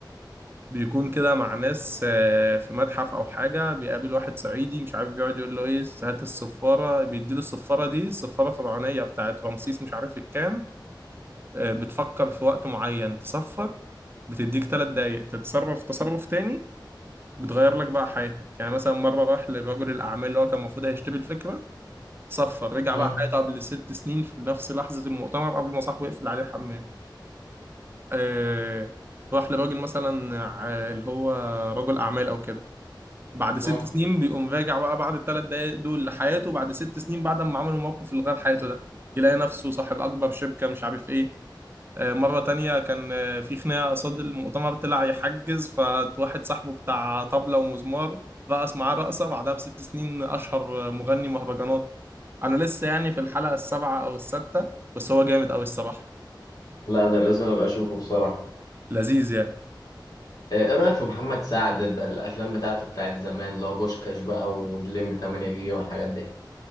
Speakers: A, on the right; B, on the left.
A: بيكون كده مع ناس آه، في متحف او حاجه بيقابل واحد صعيدي مش عارف بيقعد يقول له ايه هات الصفاره بيديله الصفاره دي صفاره فرعونيه بتاعت رمسيس مش عارف الكام آه، بتفكر في وقت معين تصفر بتديك ثلاث دقايق تتصرف تصرف تاني بتغير لك بقى حياتك يعني مثلا مرة راح لرجل الأعمال اللي هو كان المفروض هيشتري الفكرة صفر رجع
B: مم.
A: بقى حياته قبل ست سنين في نفس لحظة المؤتمر قبل ما صاحبه يقفل عليه الحمام آه راح لراجل مثلا آه، اللي هو رجل أعمال أو كده بعد ست
B: مم.
A: سنين بيقوم راجع بقى بعد الثلاث دقايق دول لحياته بعد ست سنين بعد ما عملوا موقف اللي غير حياته ده يلاقي نفسه صاحب أكبر شركة مش عارف إيه آه، مرة تانية كان آه، في خناقة قصاد المؤتمر طلع يحجز فواحد صاحبه بتاع طبلة ومزمار رقص معاه رقصة بعدها بست سنين أشهر آه، مغني مهرجانات أنا لسه يعني في الحلقة السابعة أو الستة بس هو جامد أوي الصراحة
B: لا ده لازم أنا ابقى اشوفه بصراحه
A: لذيذ يعني
B: ايه إيه رايك في محمد سعد بقى الافلام بتاعته بتاعت زمان اللي هو بوشكاش بقى واللمبي 8 جيجا والحاجات دي